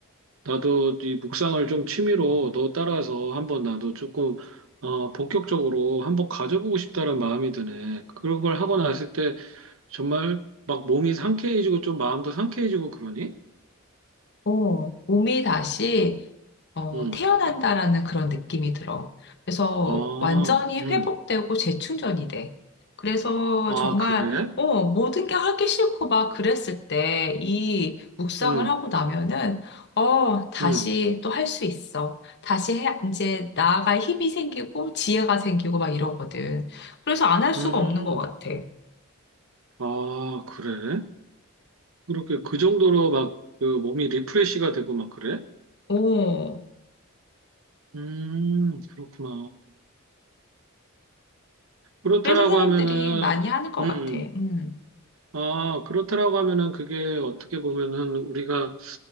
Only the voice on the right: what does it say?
나도 이 묵상을 좀 취미로 너 따라서 한번 나도 조금 어, 본격적으로 한번 가져보고 싶다는 마음이 드네. 그런 걸 하고 났을 때 정말 막 몸이 상쾌해지고 좀 마음도 상쾌해지고 그러니?
응.
아,
응.
아,
그래?
응,
응,
음,
아, 그래? 그렇게 그 정도로 막 그 몸이 리프레시가 되고 막 그래?
음, 그렇구나. 그렇다라고
하면은,
음, 음.
아, 그렇다라고 하면은 그게 어떻게 보면은 우리가